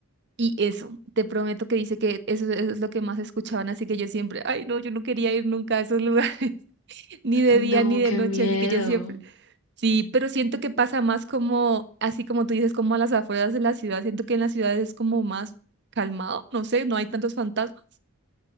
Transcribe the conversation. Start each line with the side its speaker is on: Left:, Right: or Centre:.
Right: Y eso, te prometo que dice que eso, eso es lo que más escuchaban, así que yo siempre, ay no, yo no quería ir nunca a esos lugares, <laughs> ni de
Left: No,
Right: día ni de
Left: qué
Right: noche,
Left: miedo.
Right: así que yo siempre, sí, pero siento que pasa más como, así como tú dices, como a las afueras de la ciudad, siento que en la ciudad es como más calmado, no sé, no hay tantos fantasmas.